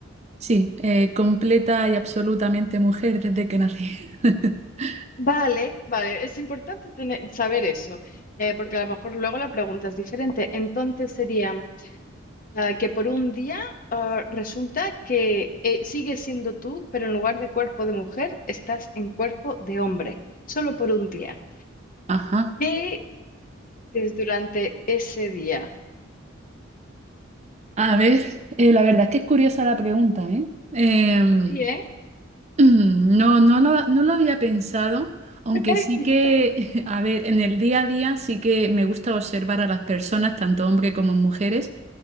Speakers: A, on the right (about 35°); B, on the left (about 45°).
A: Sí, eh, completa y absolutamente mujer desde que nací. <laughs>
B: Vale, vale, es importante tener, saber eso, eh, porque a lo mejor luego la pregunta es diferente. Entonces sería. Ah, que por un día ah, resulta que eh, sigues siendo tú, pero en lugar de cuerpo de mujer, estás en cuerpo de hombre, solo por un día.
A: Ajá.
B: ¿Qué haces durante ese día?
A: A ver, eh, la verdad es que es curiosa la pregunta, ¿eh? Em,
B: Sí, ¿eh?
A: <clears throat> no, no lo, no lo había pensado,
B: <laughs>
A: aunque sí
B: Yo
A: que,
B: tampoco.
A: <laughs> a ver, en el día a día sí que me gusta observar a las personas, tanto hombres como mujeres,